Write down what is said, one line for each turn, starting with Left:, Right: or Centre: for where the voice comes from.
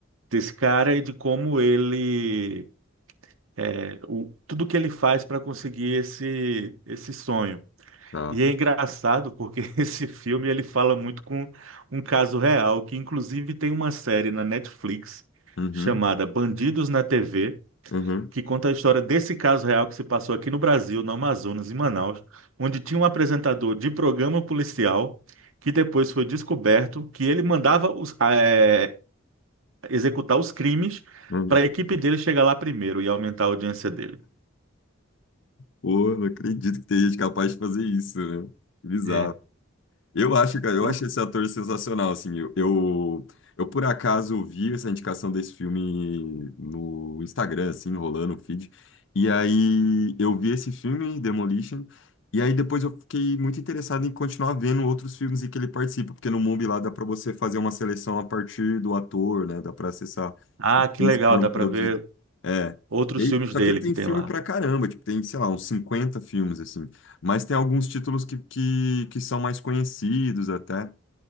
Right: desse cara e de como ele, é, o, tudo que ele faz para conseguir esse, esse sonho.
Left: tá.
Right: E é engraçado porque <laughs> esse filme ele fala muito com um caso real, que inclusive tem uma série na Netflix
Left: Uhum,
Right: chamada Bandidos na TV,
Left: uhum,
Right: que conta a história desse caso real que se passou aqui no Brasil, no Amazonas, em Manaus, onde tinha um apresentador de programa policial que depois foi descoberto que ele mandava os- eh, executar os crimes
Left: uhum.
Right: para a equipe dele chegar lá primeiro e aumentar a audiência dele.
Left: Pô, não acredito que tem gente capaz de fazer isso, né? Que Bizarro.
Right: É.
Left: Eu acho, cara, eu
Right: Hum.
Left: acho esse ator sensacional, assim, eu, eu, eu, por acaso vi essa indicação desse filme no Instagram, assim, rolando o feed, e aí eu vi esse filme, Demolition, e aí depois eu fiquei muito interessado em continuar vendo outros filmes em que ele participa, porque no Mubi lá dá pra você fazer uma seleção a partir do ator, né, dá pra acessar
Right: Ah,
Left: os
Right: que
Left: filmes
Right: legal,
Left: que foram
Right: dá
Left: produzidos.
Right: para ver
Left: É,
Right: outros
Left: E aí-
Right: filmes
Left: só
Right: dele
Left: que ele tem
Right: que tem
Left: filme
Right: lá.
Left: pra caramba, tipo, tem, sei lá, uns 50 filmes, assim. Mas tem alguns títulos que, que, que são mais conhecidos até.